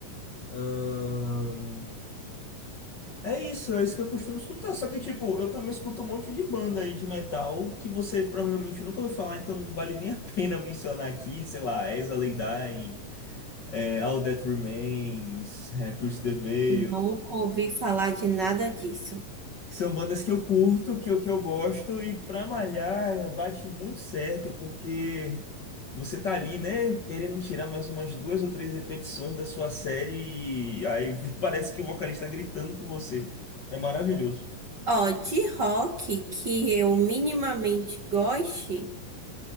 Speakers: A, on the left; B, on the right.
A: ahn, é isso, é isso que eu costumo escutar. Só que tipo, eu também escuto um monte de banda aí de metal que você provavelmente nunca ouviu falar, então não vale nem a pena <laughs> mencionar aqui, sei lá, Exa Lay Dying, é, All That Remains, é, Push the Veil.
B: Nunca ouvi falar de nada disso.
A: que são bandas que eu curto, que eu, que eu gosto, e pra malhar bate muito certo, porque você tá ali, né, querendo tirar mais umas duas ou três repetições da sua série, e aí <laughs> parece que o vocalista tá gritando com você. É maravilhoso.
B: Ó, de rock que eu minimamente goste,